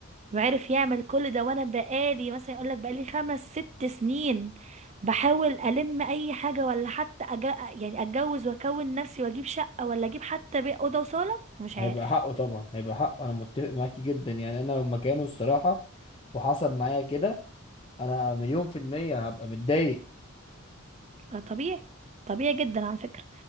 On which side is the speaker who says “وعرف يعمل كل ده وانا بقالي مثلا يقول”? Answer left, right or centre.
Right